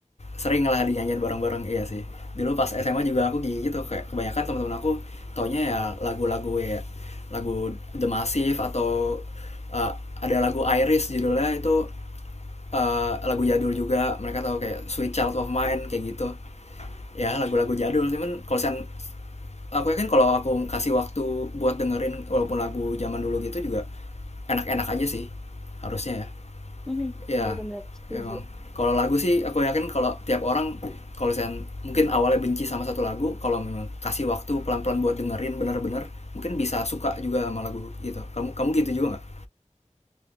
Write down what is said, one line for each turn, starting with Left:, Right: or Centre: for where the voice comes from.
Left: sering lah dinyanyiin bareng-bareng iya sih dulu pas SMA juga aku gitu kayak kebanyakan teman-teman aku taunya ya lagu-lagu ya lagu The Massive atau uh, ada lagu Iris judulnya itu uh, lagu jadul juga mereka tahu kayak Sweet Child of Mine kayak gitu ya lagu-lagu jadul cuman kalau sen aku yakin kalau aku kasih waktu buat dengerin walaupun lagu zaman dulu gitu juga enak-enak aja sih harusnya ya
Centre: Mhm,
Left: ya
Centre: bener-bener setuju.
Left: memang kalau lagu sih aku yakin kalau tiap orang kalau saya mungkin awalnya benci sama satu lagu kalau memang kasih waktu pelan-pelan buat dengerin bener-bener mungkin bisa suka juga sama lagu gitu kamu kamu gitu juga nggak